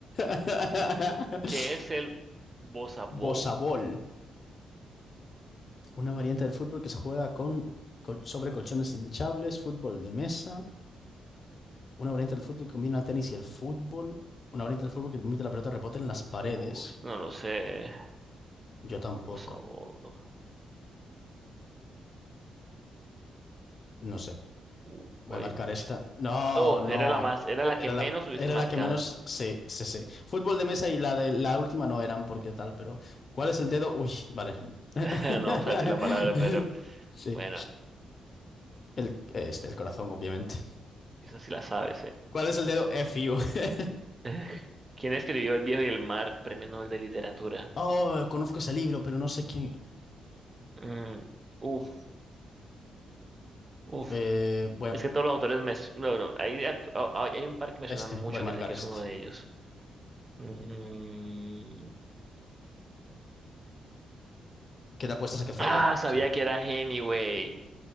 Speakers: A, on the left; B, on the right.
A: <laughs>
B: <laughs> que es el Bossa Ball.
A: Bosabol, una variante del fútbol que se juega con, col- sobre colchones hinchables, fútbol de mesa, una variante del fútbol que combina el tenis y el fútbol, una variante del fútbol que permite que la pelota rebote en las paredes.
B: Uh, no lo sé.
A: Yo tampoco,
B: Bossa Nova.
A: no sé.
B: Uh,
A: Voy
B: guay.
A: a marcar esta.
B: ch-
A: No,
B: Oh,
A: no.
B: era la más, era la
A: Era
B: que menos
A: la,
B: hubiese
A: era
B: marcado.
A: la que menos. Sí, sí, sí. Fútbol de mesa y la de la última no eran porque tal, pero. ¿Cuál es el dedo? Uy, vale. <laughs>
B: <laughs> No vamos a decir la palabra, pero
A: Sí.
B: bueno,
A: El, este, el corazón, obviamente.
B: eso sí la sabes, ¿eh?
A: ¿Cuál es el dedo? F you. <laughs>
B: <sighs> <laughs> ¿Quién escribió El viejo y el mar, Premio Nobel de Literatura?
A: Oh, conozco ese libro, pero no sé quién.
B: Mm, uf, uf.
A: Eh, voy a-
B: Es que todos los autores me... s- No, no, hay, a- a- hay un par que me
A: este,
B: suena mucho
A: voy a marcar
B: que sé que
A: este.
B: es uno de ellos. Mm,
A: ¿Qué te apuestas
B: <clears throat>
A: a que fallé?
B: ah, sabía
A: Sí.
B: que era Hemingway.